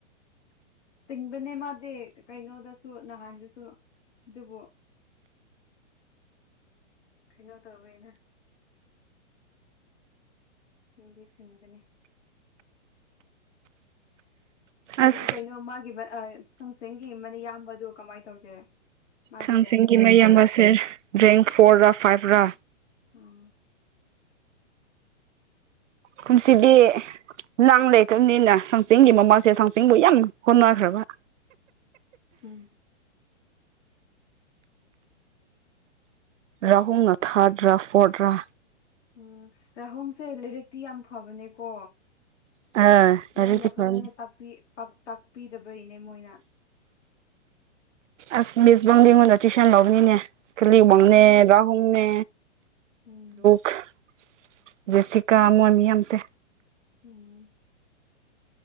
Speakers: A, on the left; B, on the right.
A: ꯇꯤꯡꯕꯅꯦ ꯃꯥꯗꯤ ꯀꯩꯅꯣꯗꯁꯨ ꯅꯍꯥꯟꯗꯁꯨ ꯑꯗꯨꯕꯨ ꯀꯩꯅꯣ ꯇꯧꯋꯦꯅ ꯁꯤꯡꯗꯤ ꯁꯤꯡꯕꯅꯦ꯫ ꯑꯗꯣ
B: ꯑꯁ
A: ꯀꯩꯅꯣ ꯃꯥꯒꯤ ꯃ ꯑ ꯁꯨꯡꯆꯤꯡꯒꯤ ꯃꯌꯥꯝꯕꯗꯣ ꯀꯃꯥꯏ ꯇꯧꯒꯦ? ꯃꯥꯗꯤ
B: ꯁꯨꯡꯆꯤꯡꯒꯤ
A: ꯔꯦꯡ ꯀꯌꯥ ꯂꯧꯒꯦ
B: ꯃꯌꯥꯝꯕꯁꯦ ꯔꯦꯡ ꯐꯣꯔꯔ ꯐꯥꯏꯚꯔ
A: ꯎꯝ
B: ꯀꯨꯟꯁꯤꯗꯤ ꯅꯪ ꯂꯩꯇꯕꯅꯤꯅ ꯁꯨꯡꯆꯤꯡꯒꯤ ꯃꯃꯥꯁꯦ ꯁꯨꯡꯆꯤꯡꯕꯨ ꯌꯥꯝ ꯍꯣꯠꯅꯈ꯭ꯔꯕ꯫
A: ꯎꯝ
B: ꯔꯥꯍꯨꯝꯅ ꯊꯥꯔꯠ꯭ꯔꯥ ꯐꯣꯔꯠ꯭ꯔꯥ
A: ꯎꯝ ꯔꯥꯍꯣꯡꯁꯦ ꯂꯥꯏꯔꯤꯛꯇꯤ ꯌꯥꯝ ꯐꯕꯅꯦꯀꯣ꯫
B: ꯑꯥ ꯂꯥꯏꯔꯤꯛꯇꯤ
A: ꯃꯣꯏꯅ
B: ꯐꯕꯅꯤ
A: ꯐꯖꯅ ꯇꯥꯛꯄꯤ ꯇꯥꯛꯄꯤꯗꯕꯩꯅꯦ ꯃꯣꯏꯅ꯫
B: ꯑꯁ ꯃꯤꯁ ꯕꯪꯗꯤꯉꯣꯟꯗ ꯇꯨꯏꯁꯟ ꯂꯧꯕꯅꯤꯅꯦ ꯀꯂꯤꯡꯋꯥꯡꯅꯦ
A: ꯎꯝ
B: ꯔꯍꯨꯡꯅꯦ
A: ꯎꯝ
B: <unintelligible> ꯖꯦꯁꯤꯀꯥ ꯃꯣꯏ ꯃꯌꯥꯝꯁꯦ
A: ꯎꯝ